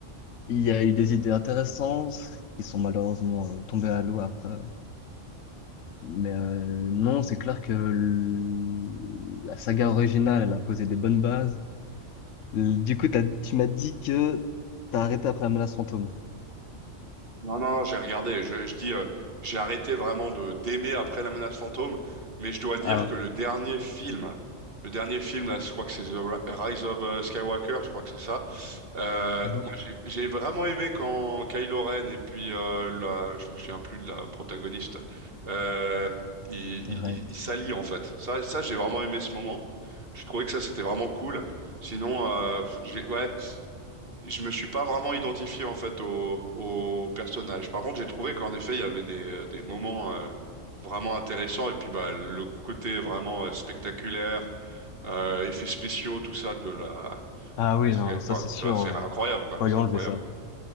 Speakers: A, on the left; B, on the right.
A: il y a eu des idées intéressantes qui sont malheureusement euh, tombées à l'eau après. Mais euh, non, c'est clair que l- la saga originale, elle a posé des bonnes bases. L- Du coup, t'as- tu m'as dit que t'as arrêté après la menace fantôme.
B: Non non, non, j'ai regardé. Je, je dis euh, j'ai arrêté vraiment de d'aimer après La Menace Fantôme, mais je dois dire
A: Ah,
B: que le dernier film le dernier film là, je crois que c'est The Ri- Rise of euh, Skywalker, je crois que c'est ça. Euh,
A: Mhm.
B: moi, j'ai j'ai vraiment aimé quand Kylo Ren et puis euh, la, je me souviens plus de la protagoniste, euh, ils
A: ouais.
B: ils- ils- ils s'allient en fait. Ça, ça, j'ai vraiment aimé ce moment. Je trouvais que ça, c'était vraiment cool. Sinon, euh, pff, j'ai, ouais, je me suis pas vraiment identifié en fait au, au personnage. Par contre, j'ai trouvé qu'en effet, il y avait des, des moments euh, vraiment intéressants et puis bah le côté vraiment euh, spectaculaire, euh, effets spéciaux, tout ça de la,
A: Ah oui,
B: la sé-
A: non, ça
B: enfin,
A: c'est sûr.
B: tu vois, c'est
A: euh,
B: incroyable quoi,
A: On va
B: c'est
A: lui enlever
B: incroyable.
A: ça.